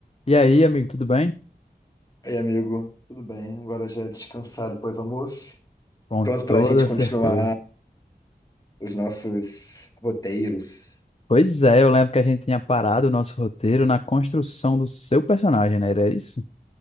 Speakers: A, on the left (about 35°); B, on the left (about 20°).
A: E aí, amigo, tudo bem?
B: Ei amigo, tudo bem? Agora já descansado depois do almoço.
A: Com
B: Pronto para
A: toda
B: a gente continuar
A: certeza.
B: os nossos roteiros.
A: Pois é, eu lembro que a gente tinha parado o nosso roteiro na construção do seu personagem, né? Era isso?